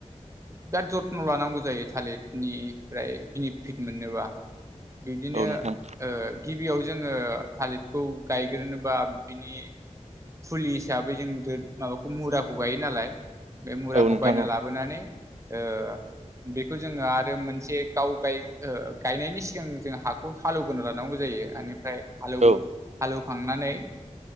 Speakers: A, on the right (about 25°); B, on the right (about 65°).
A: बिराद जत्न' लानांगौ जायो थालिदनिफ्राय बिनिफिट मोननोबा बिबदिनो
B: औ नोंथां
A: ओ गिबियाव जोङो थालिदखौ गायग्रोनो बा बिनि फुलि हिसाबै जों माबाखौ मुराखौ गायो नालाय बे मुराखौ
B: औ नोंथां
A: बायना
B: औ
A: लाबोनानै ओ बेखौ जोङो आरो मोनसे गाव गाय ओ गायनायनि सिगां जों हाखौ हालौग्रोना लानांगौ जायो आनिफ्राय हाल एवहो
B: औ
A: हाल एवखांनानै